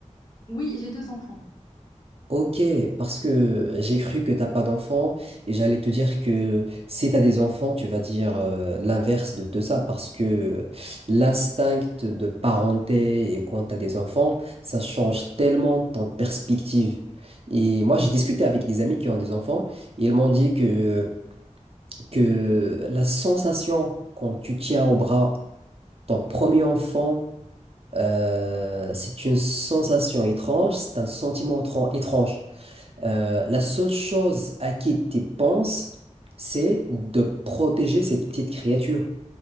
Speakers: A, on the left; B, on the right.
A: Oui, j'ai deux enfants.
B: Ok, parce que j'ai cru que t'as pas d'enfants et j'allais te dire que si t'as des enfants, tu vas dire euh, l'inverse de tout ça parce que l'instinct de parenté et quand t'as des enfants, ça change tellement ton perspective. Et moi, j'ai discuté avec des amis qui ont des enfants et ils m'ont dit que, que la sensation quand tu tiens au bras ton premier enfant, euh, c'est une sensation étrange, c'est un sentiment étran- étrange. Euh, la seule chose à qui tu penses, c'est de protéger cette petite créature.